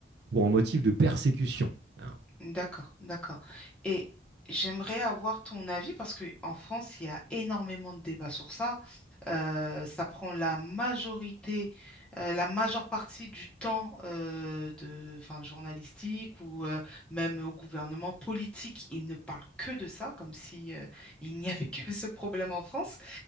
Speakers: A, on the right; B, in the centre.
A: pour un motif de persécution. Ah,
B: D'accord, d'accord. Et j'aimerais avoir ton avis parce qu'en France, il y a énormément de débats sur ça. Euh, ça prend la majorité, euh, la majeure partie du temps euh, de, enfin, journalistique ou euh, même au gouvernement politique. Ils ne parlent que de ça, comme si euh, il n'y avait <laughs> que ce problème en France.